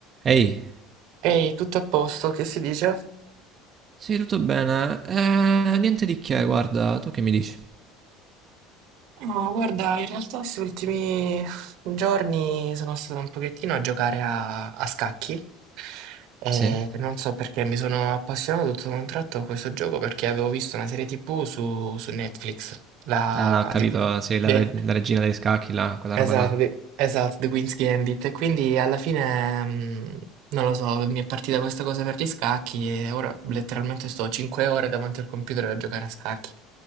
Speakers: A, on the right; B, on the right.
A: Ehi,
B: Ehi, tutto a posto, che si dice?
A: sì, tutto bene. Eh, niente di che, guarda, tu che mi dici?
B: No, guarda, in realtà questi ultimi giorni sono stato un pochettino a giocare a, a scacchi e
A: Sì?
B: non so perché mi sono appassionato tutto da un tratto a questo gioco perché avevo visto una serie TV su, su Netflix, la
A: Ah, ho capito,
B: The, Qu-
A: sì, la,
B: The-
A: re- la regina degli scacchi, là, quella
B: Esatto,
A: roba là.
B: The, esatto, The Queen's Gambit. E quindi alla fine, mm, non lo so, mi è partita questa cosa per gli scacchi e ora letteralmente sto 5 ore davanti al computer a giocare a scacchi.